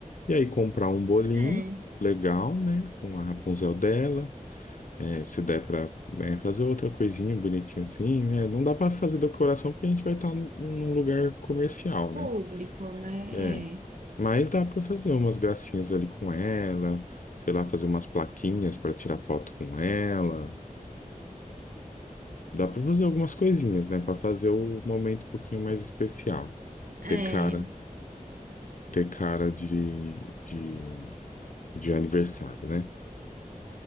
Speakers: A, on the left; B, on the right.
A: E aí, comprar um bolinho
B: É.
A: legal, né? Com a Rapunzel dela é, se der pra, né, fazer outra coisinha bonitinha assim, né? Não dá pra fazer decoração porque a gente vai estar num lugar comercial,
B: Público,
A: né?
B: né?
A: É,
B: É.
A: mas dá pra fazer umas gracinhas ali com ela, sei lá, fazer umas plaquinhas pra tirar foto com ela. Dá pra fazer algumas coisinhas, né, Pra fazer o momento um pouquinho mais especial.
B: É,
A: Ter cara, ter cara de, de, de aniversário, né?